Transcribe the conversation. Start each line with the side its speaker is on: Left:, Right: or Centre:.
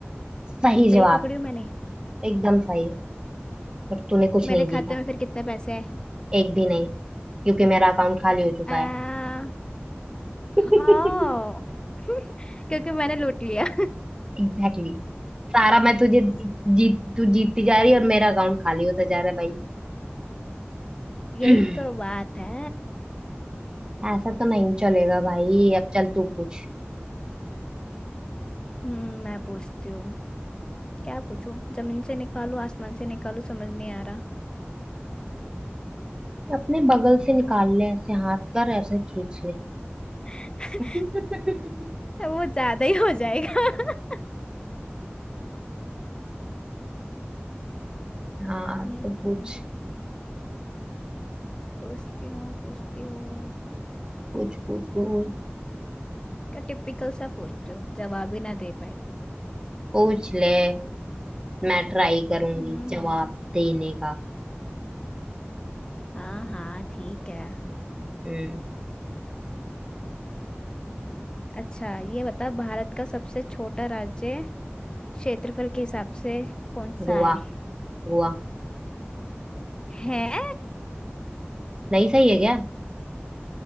Right: सही
Left: सही
Right: जवाब
Left: पकड़ी हूँ मैंने
Right: एकदम सही पर तूने कुछ
Left: मेरे
Right: नहीं जीता
Left: खाते में फिर कितने पैसे आए
Right: एक भी नहीं क्योंकि मेरा अकाउंट खाली हो चुका
Left: आ,
Right: है <laughs> Exactly
Left: हाँ <laughs> क्योंकि मैंने लूट लिया
Right: exactly. सारा मैं तुझे जीत तू जीतती जा रही है और मेरा अकाउंट खाली होता जा रहा है भाई
Left: <laughs> यही
Right: <clears throat>
Left: तो बात है
Right: ऐसा तो नहीं चलेगा भाई अब चल तू पूछ
Left: हम्म मैं पूछती हूँ क्या पूछूं जमीन से निकालू आसमान से निकालू समझ नहीं आ रहा
Right: अपने बगल से निकाल ले ऐसे हाथ कर ऐसे खींच ले
Left: <laughs>
Right: <laughs>
Left: वो ज्यादा ही हो जाएगा <laughs>
Right: हाँ
Left: हम्म
Right: तो पूछ
Left: पूछती हूँ पूछती हूँ
Right: पूछ पूछ पूछ
Left: का टिपिकल सा पूछते हो जवाब ही ना दे पाए
Right: पूछ ले मैं ट्राई करूंगी
Left: हम्म
Right: जवाब
Left: हम्म
Right: देने का
Left: हाँ हाँ ठीक है
Right: हम्म
Left: अच्छा ये बता भारत का सबसे छोटा राज्य क्षेत्रफल के हिसाब से कौन सा
Right: गोवा
Left: है
Right: गोवा
Left: है
Right: नहीं सही है क्या